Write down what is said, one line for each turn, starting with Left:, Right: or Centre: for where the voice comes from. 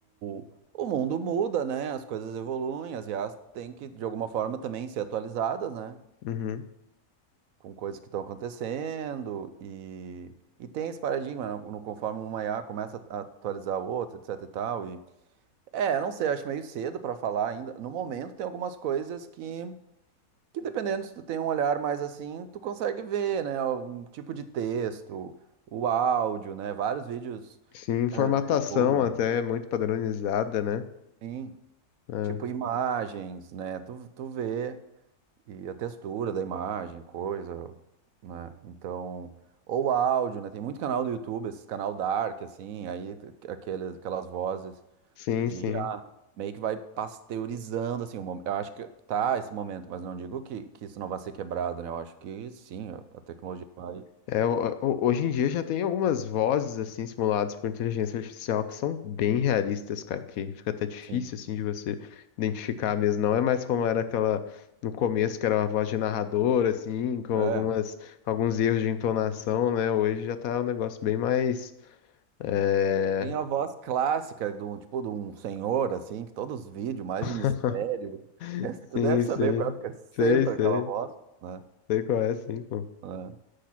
Right: o, o mundo muda, né? As coisas evoluem, as IAs têm que, de alguma forma, também ser atualizadas, né?
Left: uhum.
Right: Com coisas que estão acontecendo. E, e tem esse paradigma, né? No, conforme uma I a começa a atualizar a outra, etc e tal. E, é, não sei, acho meio cedo para falar ainda. No momento tem algumas coisas que, que dependendo se tu tem um olhar mais assim, tu consegue ver, né? Um tipo de texto, o áudio, né? Vários vídeos.
Left: Sim, formatação
Right: eh, no YouTube.
Left: até é muito padronizada, né?
Right: Sim,
Left: É,
Right: tipo imagens, né? Tu, tu vê e a textura da imagem, coisa, né? Então, ou áudio, né? Tem muito canal do YouTube, esses canal dark, assim, aí t- aqueles, aquelas vozes
Left: sim,
Right: de
Left: sim.
Right: IA, meio que vai pasteurizando, assim, o mom- eu acho que tá esse momento, mas não digo que, que isso não vai ser quebrado, né? Eu acho que sim, a a tecnologia vai,
Left: É, é, ho- ho- hoje em dia já tem algumas vozes assim simuladas por inteligência artificial que são bem realistas, cara, que fica até difícil
Right: sim.
Left: assim de você identificar mesmo. Não é mais como era aquela no começo que era uma voz de narrador assim, com algumas
Right: é.
Left: alguns erros de entonação, né? Hoje já tá um negócio bem mais é...
Right: Tem a voz clássica do tipo de um senhor assim, que todos os vídeos mais
Left: <laughs>
Right: de mistério, é, tu
Left: Sim,
Right: deve saber
Left: sim.
Right: qual é, porque é sempre
Left: Sei, sei.
Right: aquela voz, né?
Left: Sei qual é, sim, pô.
Right: É.